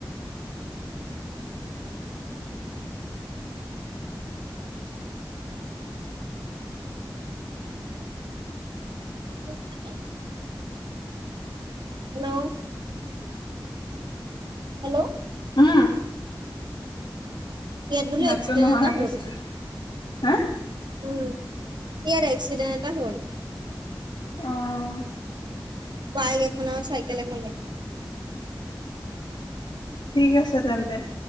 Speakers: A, on the right (about 65°); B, on the left (about 75°).
A: শুনিছানে? হেল্লৌ' হেল্লৌ'
B: উম'
A: ইয়াত বোলো
B: মাতটো
A: এক্সিডেণ্ট
B: নহা
A: এটা
B: হৈ গৈছিলে,
A: হ'ল
B: হাঁ।
A: উম' ইয়াত এক্সিডেণ্ট এটা হ'ল।
B: অঁ'
A: বাইক এখন আৰু চাইকেল এখনৰ।
B: ঠিক আছে তেন্তে।